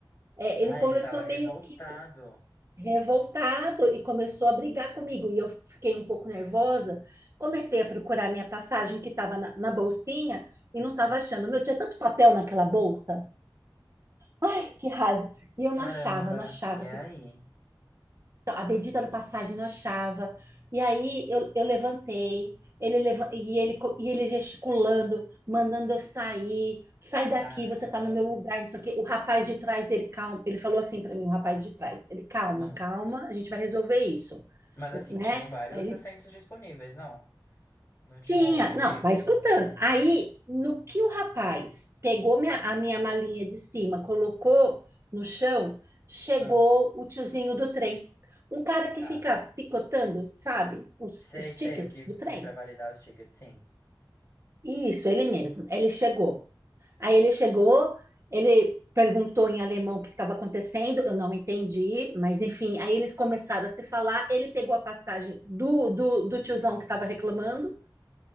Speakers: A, on the right (about 35°); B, on the left (about 35°).
A: É,
B: Ah,
A: ele começou
B: ele estava revoltado.
A: meio que revoltado e começou a brigar comigo. E eu fiquei um pouco nervosa. Comecei a procurar minha passagem que estava na, na bolsinha e não estava
B: Ah.
A: achando. Meu, tinha tanto papel naquela bolsa. Ai, que raiva! E eu
B: Caramba,
A: não achava, não achava.
B: e aí?
A: Então, a bendita da passagem não achava. E aí eu, eu levantei, ele leva, e, ele, co- e ele gesticulando, mandando eu sair, sai daqui,
B: Caramba.
A: você tá no meu lugar, não sei o quê. O rapaz de trás, ele calma, ele falou assim para mim, o rapaz de trás, ele calma,
B: Hum.
A: calma, a gente vai resolver isso,
B: Mas assim,
A: né?
B: tinham vários
A: Ele
B: assentos disponíveis, não? Não tinham
A: tinha,
B: outros
A: não,
B: livres?
A: vai escutando. Aí, no que o rapaz pegou minha- a minha malinha de cima, colocou no chão, chegou
B: Hum.
A: o tiozinho do trem. Um cara que
B: Tá.
A: fica picotando, sabe, os,
B: Sei,
A: os
B: sei,
A: tickets
B: o que vem
A: do trem.
B: pra validar os tickets, sim.
A: Isso, ele mesmo. Ele chegou. Aí ele chegou, ele perguntou em alemão o que estava acontecendo, eu não entendi, mas enfim, aí eles começaram a se falar. Ele pegou a passagem do, do, do tiozão que estava reclamando